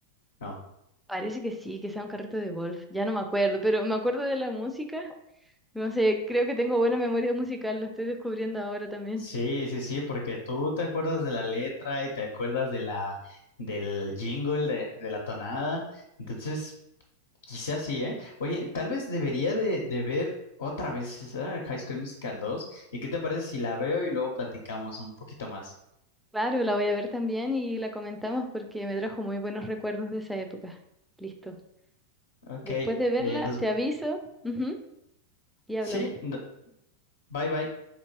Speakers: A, on the left; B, in the centre.
A: No.
B: parece que sí, que sea un carrito de golf. Ya no me acuerdo, pero me acuerdo de la música. No sé, creo que tengo buena memoria musical, lo estoy descubriendo ahora también.
A: Sí, sí, sí, porque tú te acuerdas de la letra y te acuerdas de la, del jingle, de, de la tonada. Entonces, Quizás sí, ¿eh? Oye, tal vez debería de, de ver otra vez esa High School Musical dos ¿Y qué te parece si la veo y luego platicamos un poquito más?
B: Claro, la voy a ver también y la comentamos porque me trajo muy buenos recuerdos de esa época. Listo.
A: Ok,
B: Después
A: eh,
B: de verla,
A: nos...
B: te aviso, ujú, y
A: sí,
B: hablamos.
A: no- bye bye.